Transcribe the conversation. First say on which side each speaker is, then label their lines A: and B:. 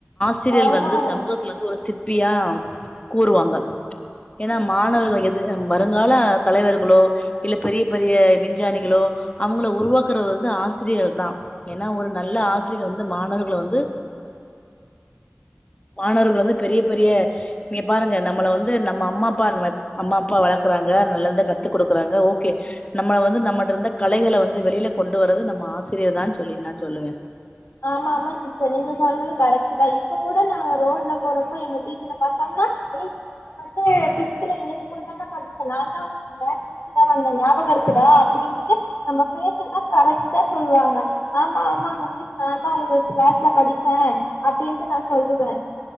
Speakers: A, on the left (about 30°); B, on the left (about 60°).
A: சீரியல்
B: ஆமா
A: வந்து
B: ஆமாங்க
A: சமூகத்துல வந்து ஒரு சித் ப்பியா கூறுவாங்க ஏன்னா மாணவர்கள் எது வருங்கால தலைவர்களோ இல்ல பெரிய பெரிய விஞ்சானிகளோ அவங்கள உருவாக்குறது வந்து ஆசிரியர்கள் தா ஏன்னா ஒரு நல்ல ஆசிரியர் வந்து மாணவர்கள வந்து மாணவர்கள் வந்து பெரிய பெரிய நீங்க பாருங்க நம்மள வந்து நம்ம அம்மா அப்பா வளக் அம்மா அப்பா வளக்குறாங்க நல்லத கத்து கொடுக்குறாங்க ஓகே நம்ம வந்து நம்மட்ட இருந்த கலைகள வந்து வெளியில கொண்டு வரது நம்ம ஆசிரியர் தா சொல்லி நா சொல்லுவே
B: ஆமா ஆமா சிஸ்டர் நீங்க சொல்றது கரெக்ட் தா இப்ப கூட நாங்க ஒரு ரோட்ல போறப்போ எங்க டீச்சர பாத்தாங்க்னா ஏ நீ வந்து ஃபிஃப்த்துல எங்க ஸ்கூல் தானே படிச்ச நா தா உங்களுக்கு மேக்ஸ் டீச்சரா வந்தே ஞாபகம் இருக்குதா அப்டின்னுட்டு நம்ம பேசலா கரெக்டா சொல்லுவாங்க ஆமா ஆமாங்க வீ நாந்தா உங்க க்ளாஸ்ல படிச்ச அப்டின்ட்டு நா சொல்லுவே